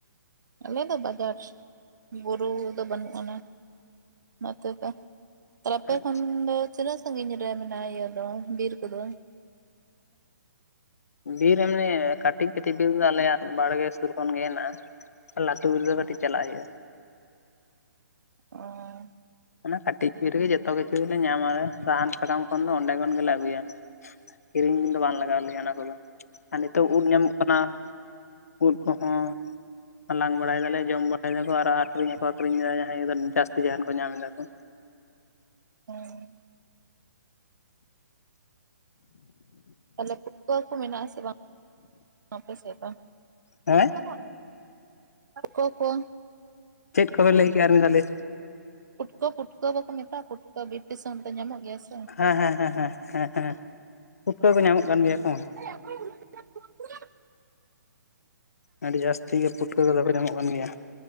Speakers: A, on the right (about 75°); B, on the left (about 55°).
A: ᱟᱞᱮ ᱫᱚ ᱵᱟᱡᱟᱨ ᱵᱩᱨᱩ ᱫᱚ ᱵᱟᱹᱱᱩᱜ ᱟᱱᱟ ᱚᱱᱟᱛᱮ ᱠᱟ ᱟᱨ ᱟᱯᱮ
B: ᱟᱪᱪᱷᱟ
A: ᱠᱷᱚᱱ ᱫᱚ ᱛᱤᱱᱟᱹᱜ ᱥᱟᱺᱜᱤᱧ ᱨᱮ ᱢᱮᱱᱟᱜᱼᱟ ᱤᱭᱟᱹ ᱫᱚ ᱵᱤᱨ ᱠᱚᱫᱚ?
B: ᱵᱤᱨ ᱮᱢᱱᱤ ᱠᱟᱹᱴᱤᱡ-ᱠᱟᱹᱴᱤᱡ ᱵᱤᱨ ᱫᱚ ᱟᱞᱮᱭᱟᱜ ᱵᱟᱲᱜᱮ ᱥᱩᱨ ᱠᱷᱚᱱ ᱜᱮ ᱦᱮᱱᱟᱜᱼᱟ ᱞᱟᱹᱴᱩ ᱵᱤᱨ ᱫᱚ ᱠᱟᱹᱴᱤᱡ ᱪᱟᱞᱟᱜ ᱦᱩᱭᱩᱜᱼᱟ ᱾
A: ᱚᱸᱻ
B: ᱚᱱᱟ ᱠᱟᱹᱴᱤᱡ ᱵᱤᱨ ᱨᱮᱜᱮ ᱡᱚᱛᱚ ᱠᱤᱪᱷᱩ ᱜᱮᱞᱮ ᱧᱟᱢᱟ ᱥᱟᱦᱟᱱ ᱥᱟᱠᱟᱢ ᱠᱷᱚᱱ ᱫᱚ ᱚᱸᱰᱮ ᱠᱷᱚᱱ ᱜᱮᱞᱮ ᱟᱹᱜᱩᱭᱟ ᱾ ᱠᱤᱨᱤᱝ ᱫᱚ ᱵᱟᱝ ᱞᱟᱜᱟᱣ ᱞᱮᱭᱟ ᱚᱱᱟ ᱠᱚᱫᱚ ᱟᱨ ᱱᱤᱛᱚᱜ ᱩᱫ ᱧᱟᱢᱚᱜ ᱠᱟᱱᱟ ᱾ ᱩᱫ ᱠᱚ ᱦᱚᱸᱼᱼ ᱦᱟᱞᱟᱝ ᱵᱟᱲᱟᱭ ᱫᱟᱞᱮ ᱡᱚᱢ ᱵᱟᱲᱟᱭ ᱫᱟᱠᱚ ᱟᱨ ᱟᱠᱷᱨᱤᱝ ᱦᱚᱸ ᱠᱚ ᱟᱠᱷᱨᱤᱝ ᱮᱫᱟ ᱡᱟᱦᱟᱸᱭ ᱡᱟᱹᱥᱛᱤ ᱡᱟᱦᱟᱱ ᱠᱚ ᱧᱟᱢ ᱮᱫᱟ ᱾ ᱚᱜ
A: ᱦᱮᱸ ᱾ ᱛᱟᱦᱞᱮ ᱯᱩᱴᱠᱟᱹ ᱠᱚ ᱢᱮᱱᱟᱜᱼᱟ ᱥᱮ ᱵᱟᱝ ᱟᱯᱮ ᱥᱮᱫ ᱫᱚ?
B: ᱦᱮᱸ
A: <unintelligible> ᱟᱨ ᱚ ᱠᱚ
B: ᱪᱮᱫ ᱠᱚᱵᱮᱱ ᱞᱟᱹᱭ ᱠᱮᱜᱼᱭᱟ ᱟᱨ ᱢᱤᱫ ᱫᱷᱟᱣ ᱞᱟᱹᱭᱼᱼ
A: ᱩᱫ ᱠᱚ ᱯᱩᱴᱠᱟᱹ ᱠᱚᱠᱚ ᱢᱮᱛᱟᱜ ᱯᱩᱴᱠᱟᱹ ᱵᱤᱨ ᱫᱤᱥᱚᱢ ᱫᱚ ᱧᱟᱢᱚᱜ ᱜᱮᱭᱟ ᱥᱮ ᱾
B: ᱦᱮᱸ ᱦᱮᱸ ᱦᱮᱸ ᱦᱮᱸ ᱦᱮᱸ, ᱯᱩᱴᱠᱟᱹ ᱠᱚ ᱧᱟᱢᱚᱜ ᱠᱟᱱ ᱜᱮᱭᱟ ᱠᱚ ᱾
A: ᱦᱮᱸ ᱚᱠᱚᱭ ᱢᱮᱱᱟᱜ ᱛᱟᱯᱮᱭᱟ <unintelligible>
B: ᱟᱹᱰᱤ ᱡᱟᱹᱥᱛᱤ ᱜᱮ ᱯᱩᱴᱠᱟᱹ ᱠᱚᱫᱚ ᱠᱚ ᱧᱟᱢᱚᱜ ᱠᱟᱱ ᱜᱮᱭᱟ